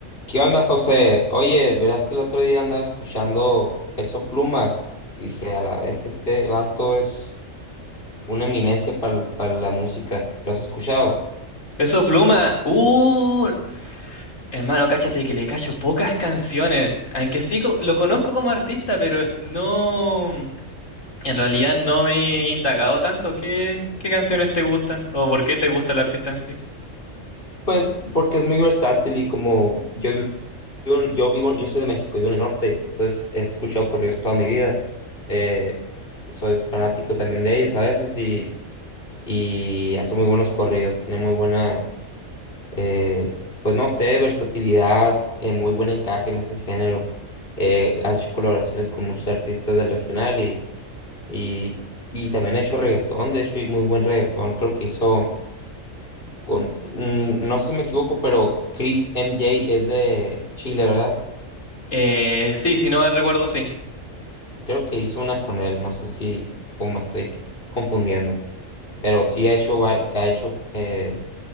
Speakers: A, on the left; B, on the left.
A: ¿Qué onda, José? Oye, verás que el otro día andaba escuchando Peso Pluma y dije, a la este, este vato es una eminencia para, para la música. ¿Lo has escuchado?
B: Peso Pluma, uh, hermano, cáchate que le cacho pocas canciones, aunque sí co- lo conozco como artista, pero no, en realidad no me he indagado tanto qué, qué canciones te gustan o por qué te gusta el artista en sí.
A: Pues porque es muy versátil y como yo, vi- yo, yo vivo, yo soy de México, vivo en el norte, entonces he escuchado corridos toda mi vida. Eh, soy fanático también de ellos a veces y, y hace muy buenos corridos, tiene muy buena Eh, pues no sé, versatilidad, eh, muy buen encaje en ese género. Eh, ha hecho colaboraciones con muchos artistas del regional y, y, y también ha hecho reggaetón, de hecho, y muy buen reggaetón. Creo que hizo con, mm, no sé si me equivoco, pero Chris MJ es de Chile, ¿verdad?
B: Eh, sí, si no me recuerdo, sí.
A: Creo que hizo una con él, no sé si como estoy confundiendo, pero sí ha hecho, va- ha hecho eh,